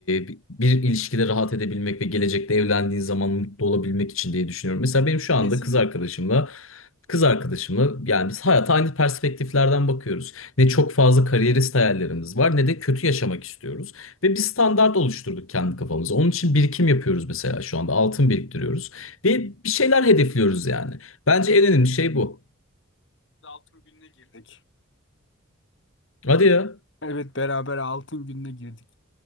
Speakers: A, on the left; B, on the left.
A: bi- bir ilişkide rahat edebilmek ve gelecekte evlendiğin zaman mutlu olabilmek için diye düşünüyorum. Mesela benim şu
B: Kesinlikle.
A: anda kız arkadaşımla kız arkadaşımla yani biz hayata aynı perspektiflerden bakıyoruz. Ne çok fazla kariyerist hayallerimiz var ne de kötü yaşamak istiyoruz. Ve bir standart oluşturduk kendi kafamıza. Onun için birikim yapıyoruz mesela şu anda. Altın biriktiriyoruz. Ve bir şeyler hedefliyoruz yani. Bence en önemli şey bu.
B: Altın gününe girdik.
A: Hadi ya.
B: Evet beraber altın gününe girdik.